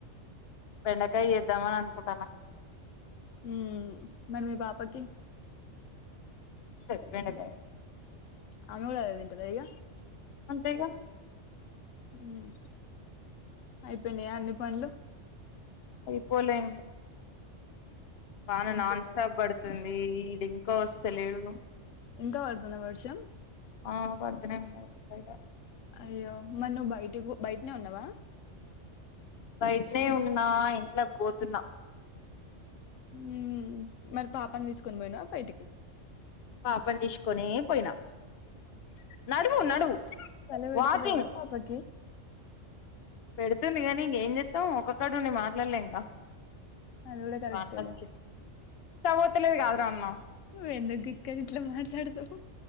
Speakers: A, on the left; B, on the left.
A: బెండకాయ చేద్దామని అనుకుంటాను.
B: ఉ మరి మీ పాపకి
A: <unintelligible> బెండకాయ
B: ఆమెకూడా అదే తింటాదా ఇగ
A: అంతేగా
B: హ్మ్మ్, అయిపోయినాయా, అన్నిపనులు,
A: అయిపోలే ఇంకా వాన
B: ఇంకా
A: నాన్ స్టాప్ పడుతుంది. వీడు ఇంకా వస్తులేడు.
B: ఇంకా పడుతుంద వర్షం
A: ఆ పడుతనే ఉన్నది. బయట
B: అయ్యో, మరీనువ్వు బయటకు పో బయటనే ఉన్నావా.
A: బయటనే ఉన్నా ఇంట్లోకి పోతున్నా.
B: హ్మ్మ్ మరి పాపను తీసుకొని పోయినావ బయటికి
A: పాపనీ తీసుకొనే పోయినా, నడువు నడువు
B: చలి పెడతలే
A: వాకింగ్
B: కదా పాపకి
A: పెడుతుంది. గానీ ఇంకేం చెస్తాం ఒకకకడుండి మాట్లాడలేం కదా
B: అది కూడా కరెక్టేలే
A: మా అన్న వచ్చిండు. <unintelligible> ఎక్కడకి పోతుంన్నారు కాద అన్నా
B: నువ్వు ఎందుకు ఇక్కడ ఇట్లా మాట్లాడుతావు.